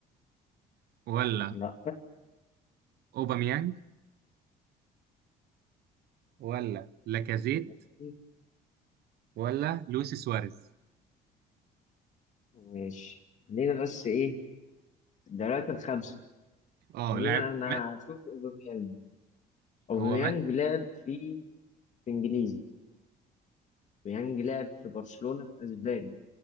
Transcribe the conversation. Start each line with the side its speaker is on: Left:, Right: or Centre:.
Right: ولا
Left: لا
Right: اوباميانج ولا لاكازيت
Left: ماشي
Right: ولا لويس سواريز
Left: ماشي خلينا بس ايه الدوريات الخمسة
Right: اه
Left: خلينا
Right: لاعب
Left: انا
Right: مات
Left: هشوف اوباميانج اوباميانج
Right: هو مات
Left: لعب في في انجليزي بيانج لعب في برشلونة في اسباني